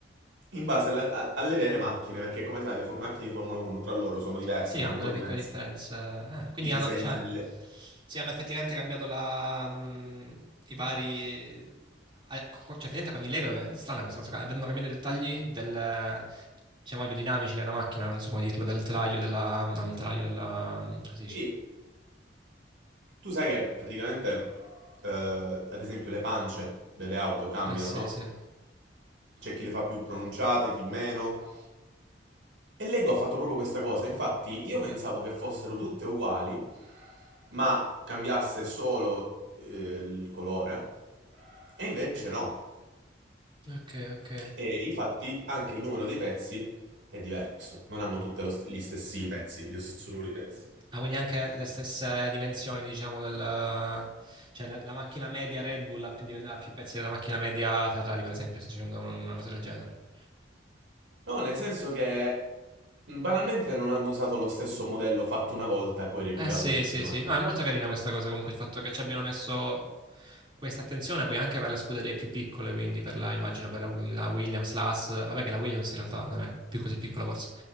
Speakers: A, on the right; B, on the right.
A: in base alla- a- alle vere macchine, perché come sai le fo- macchine di Formula 1 tra loro sono diverse,
B: Sì,
A: sono
B: hanno
A: un po'
B: le
A: diverse.
B: piccole differenze. Ah, quindi
A: I disegni
B: hanno, cioè,
A: delle...
B: sì, hanno effettivamente cambiato la, mm, i vari... ah, co- co- Cioè, effettivamente con i Lego è strana questa cosa. Avevano cambiato i dettagli del, diciamo, aerodinamici della macchina, non so come dirlo, del telaio, della... non del telaio, della... mm, come si dice?
A: Sì. Tu sai che praticamente, eh, ad esempio, le pance delle auto cambiano,
B: Eh sì,
A: no?
B: sì.
A: C'è chi le fa più pronunciate, chi meno. E Lego ha fatto proprio questa cosa, infatti io pensavo che fossero tutte uguali, ma cambiasse solo eh, il colore, e invece no.
B: Ok, ok.
A: E infatti anche il numero dei pezzi è diverso, non hanno tutti gli stessi pezzi, lo stesso numero di pezzi.
B: Ah, quindi anche le stesse dimensioni, diciamo, del... Cioè la, la macchina media Red Bull ha più, dimen- ha più pezzi della macchina media Ferrari, per esempio, sto dicendo una cosa del genere.
A: No, nel senso che mh, banalmente non hanno usato lo stesso modello fatto una volta e poi replicato
B: Eh sì,
A: per tutte
B: sì,
A: le macchine.
B: sì. No, è molto carina questa cosa comunque, il fatto che ci abbiano messo questa attenzione poi anche per le scuderie più piccole, quindi per la, immagino per la, la Williams, la Haas, vabbè che la Williams in realtà non è più così piccola forse,